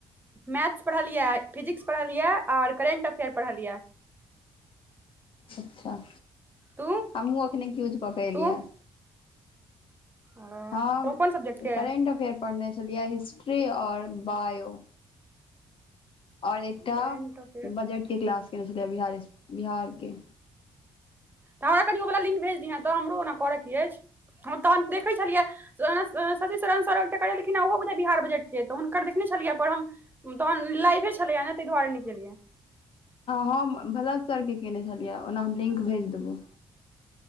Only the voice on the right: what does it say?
मैथ्स पढ़लियै फिजिक्स पढ़लियै आओर करेन्ट अफेयर पढ़लियै।
तू
तू अ,
ओ कोन सब्जेक्ट के
करेंट अफेयर तऽ
तऽ हमरा कनि ओ वला लिंक भेज दिहे तऽ हमरो ओना पड़य के अछि हम तहन देखैत छलियै शशि शरण सर एकटा करेलखिने ओहोै बिहार बजट के तऽ हुनकर देखने छलियै पर हम तहन लाइवे छलैया ने ताहि दुआरे निकेलिये